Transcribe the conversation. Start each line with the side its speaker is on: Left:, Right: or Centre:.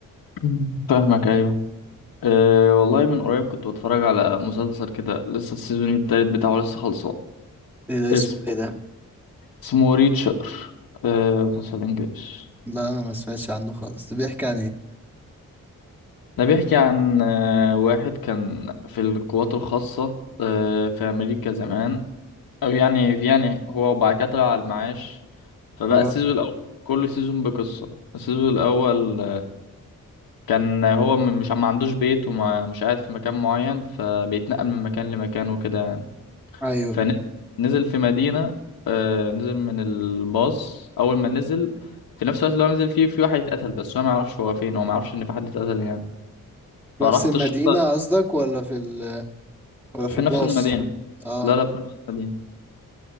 Left: مم. فاهمك ايوه أه والله من قريب كنت بتفرج على مسلسل كده لسه السيزون التالت بتاعه لسه خلصان
Centre: ايه ده اسمه
Left: اسم
Centre: ايه ده
Left: اسمه ريتشر أه مسلسل انجليش
Centre: لا انا ما سمعتش عنه خالص ده بيحكي عن ايه
Left: ده بيحكي عن أه واحد كان في القوات الخاصة أه في امريكا زمان او يعني في يعني هو وبعد كده طلع على المعاش فبقى
Centre: اه
Left: السيزون الاول كل سيزون بقصة السيزون الاول كان هو م- مش ما عندوش بيت ومش قاعد في مكان معين فبيتنقل من مكان لمكان وكده يعني
Centre: ايوه
Left: فنزل في مدينة آه، نزل من الباص أول ما نزل في نفس الوقت اللي هو نزل فيه في واحد اتقتل بس هو ما يعرفش هو فين هو ما يعرفش إن في حد اتقتل يعني
Centre: نفس
Left: فراحت
Centre: المدينه
Left: الشرطة
Centre: قصدك ولا في ال ولا في
Left: في
Centre: الباص
Left: نفس المدينة
Centre: اه
Left: لا لا في نفس المدينة